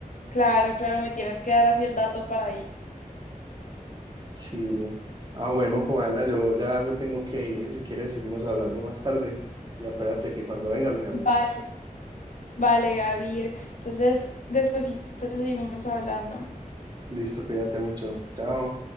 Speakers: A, on the left (about 60°); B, on the right (about 30°).
A: Claro, claro, me tienes que dar así el dato para ir.
B: Sí. Ah, bueno, Juana, yo ya me tengo que ir. Si quieres, seguimos hablando más tarde. Y acuérdate que cuando vengas me avisas.
A: Vale, vale, Gavir. Entonces, despuesito seguimos hablando.
B: Listo, cuídate mucho. Chao.